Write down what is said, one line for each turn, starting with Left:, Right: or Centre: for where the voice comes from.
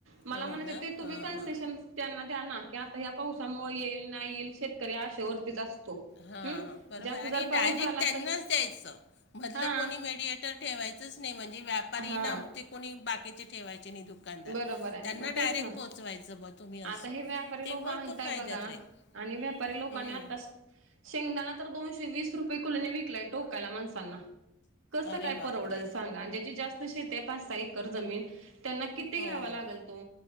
Right: मला
Left: हो
Right: म्हणायचं
Left: ना
Right: आहे ते तुम्ही
Left: हां
Right: कन्सेशन
Left: हां
Right: त्यांना द्या ना की आता ह्या पावसामुळे येईल नाही येईल शेतकरी आशेवरतीच असतो.
Left: हा
Right: हम्म
Left: बरोबर
Right: जास्त
Left: आणि
Right: जर पाऊस
Left: डायरेक्ट
Right: झाला
Left: त्यांनाच
Right: तर
Left: द्यायचं. मधलं
Right: हा
Left: कोणी मेडिएटर ठेवायचंच नाही म्हणजे व्यापारी
Right: हा
Left: ना ते कोणी बाकीचे ठेवायचे नाही दु दुकानदार
Right: बरोबर आहे
Left: त्यांना
Right: मग तेच
Left: डायरेक्ट
Right: ना
Left: पोचवायचं बा तुम्ही
Right: आता
Left: असं
Right: हे व्यापारी
Left: तेव्हा
Right: लोक आणताय
Left: तो फायद्यात
Right: बघा
Left: राहील.
Right: आणि व्यापारी लोकांनी
Left: हं.
Right: आताच शेंगदाना तर दोनशे वीस रुपये किलोनी विकलाय टोकायला माणसांना कसं
Left: अरे
Right: काय
Left: बापरे!
Right: परवडल सांगा ज्याची जास्त शेती आहे पाच सहा एकर जमीन त्यांना किती
Left: हं.
Right: घ्यावा लागल तो